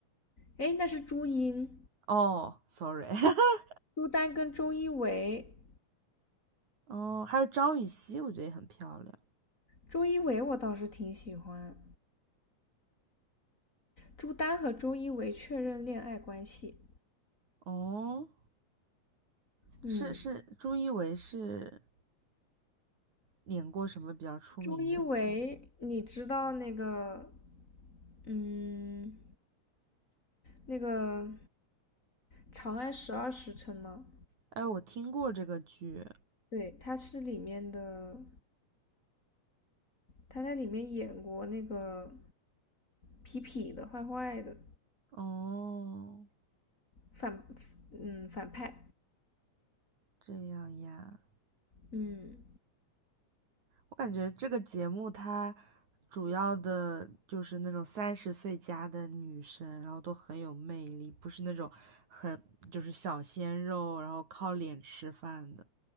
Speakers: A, on the left (about 25°); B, on the right (about 70°).
A: 哎，那是朱茵，
B: 哦，sorry，<laughs>
A: 朱丹跟周一围，
B: 哦，还有张予曦，我觉得也很漂亮。
A: 周一围我倒是挺喜欢。朱丹和周一围确认恋爱关系，
B: 哦，
A: 嗯，
B: 是是，朱一维是演过什么比较出名的剧？
A: 周一围，你知道那个，嗯，那个《长安十二时辰》吗？
B: 哎，我听过这个剧。
A: 对，他是里面的他在里面演过那个痞痞的、坏坏的
B: 哦，
A: 反，嗯，反派。
B: 这样呀，
A: 嗯
B: 我感觉这个节目它主要的就是那种三十岁加的女生，然后都很有魅力，不是那种很就是小鲜肉，然后靠脸吃饭的。